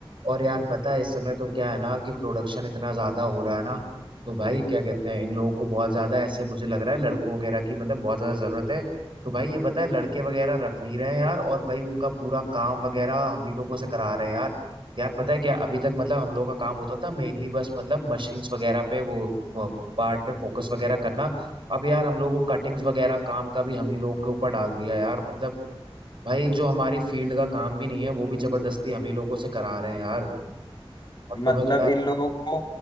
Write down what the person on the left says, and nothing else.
मतलब
इन लोगों को